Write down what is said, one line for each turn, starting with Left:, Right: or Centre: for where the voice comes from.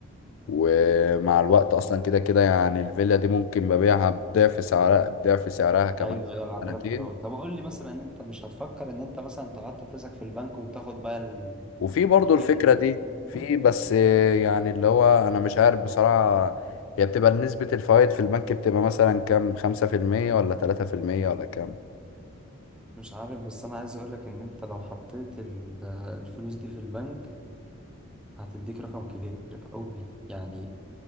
Left: ومع الوقت اصلا كده كده يعني الفيلا دي ممكن ببيعها بضعف سعرها بضعف سعرها كمان
Centre: ايوه ايوه العقارات
Left: سنتين
Centre: حلوه أوي. طب قول لي مثلا ان انت مش هتفكر ان انت مثلا تحط فلوسك في البنك وتاخد بقى ال-
Left: وفي برضو
Centre: الفايده
Left: الفكرة
Centre: اللي
Left: دي
Centre: بتنزل وكده
Left: في بس يعني اللي هو انا مش عارف بصراحة هي بتبقى نسبة الفوائد في البنك بتبقى مثلا كام خمسة في المية ولا تلاتة في المية ولا كام
Centre: مش عارف بس انا عايز اقول لك ان انت لو حطيت ال- الفلوس دي في البنك هتديك رقم كبير قوي يعني